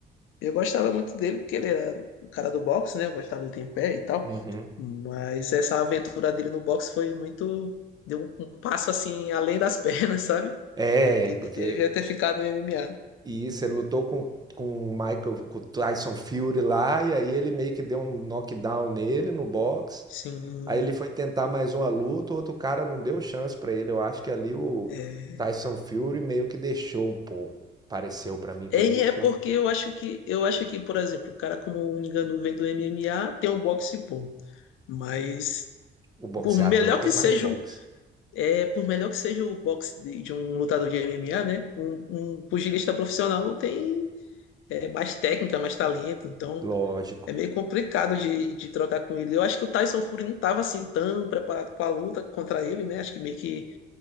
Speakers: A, on the left; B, on the right.
A: eu gostava muito dele, porque ele era o cara do boxe, né? Eu gostava de luta em pé e tal.
B: Uhum.
A: Mas essa aventura dele no boxe foi muito. Deu um, um passo assim, além das <laughs> pernas, sabe?
B: É,
A: Que devia
B: porque
A: ter ficado no MMA.
B: E isso, ele lutou com, com o Michael, com o Tyson Fury lá, e aí ele meio que deu um knockdown nele no box.
A: Sim.
B: Aí ele foi tentar mais uma luta, o outro cara não deu chance pra ele. Eu acho que ali o
A: é.
B: Tyson Fury meio que deixou um pouco. Pareceu pra mim
A: É,
B: que ele deixou
A: é porque
B: um pouco.
A: eu acho que eu acho que, por exemplo, o cara como o Ngannou vem do MMA, tem um boxe bom. Mas
B: O boxeador
A: por melhor
B: tem
A: que
B: mais
A: seja,
B: boxe.
A: o- é, por melhor que seja o boxe de, de um lutador de MMA, né? Um, um pugilista profissional tem é, mais técnica, mais talento, então
B: Lógico.
A: é meio complicado de, de trocar com ele. Eu acho que o Tyson Fury não estava assim tão preparado para a luta contra ele, né? Acho que meio que,